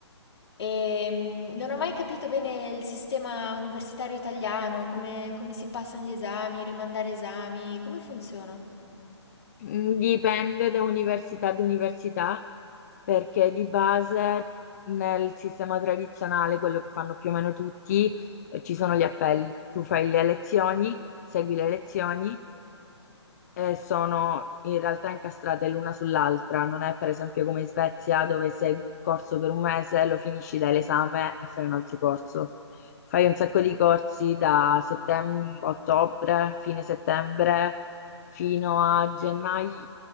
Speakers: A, on the left; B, on the left.
A: e mm, non ho mai capito bene il sistema universitario italiano, come, come si passano gli esami, rimandare esami, come funziona?
B: Mm, Dipende da università ad università, perché di base nel sistema tradizionale, quello che fanno più o meno tutti, eh, ci sono gli appelli. Tu fai le lezioni, segui le lezioni e sono in realtà incastrate l'una sull'altra. Non è per esempio come in Svezia dove segui un corso per un mese, lo finisci, dai l'esame e fai un altro corso. Fai un sacco di corsi da settem- ottobre, fine settembre, fino a gennaio,